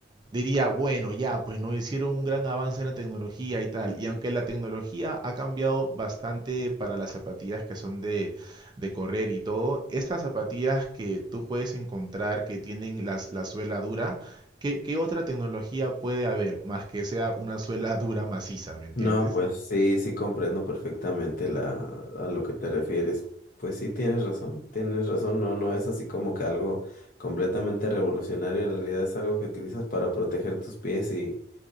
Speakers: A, on the right; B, on the left.
A: diría, bueno, ya, pues no hicieron un gran avance en la tecnología y tal. Y aunque la tecnología ha cambiado bastante para las zapatillas que son de, de correr y todo, estas zapatillas que tú puedes encontrar que tienen las, la suela dura, ¿qué, qué otra tecnología puede haber más que sea una suela <laughs> dura maciza, ¿me entiendes?
B: No, pues sí, sí comprendo perfectamente la, a lo que te refieres. Pues sí, tienes razón, tienes razón, no, no es así como que algo completamente revolucionario, en realidad es algo que utilizas para proteger tus pies y,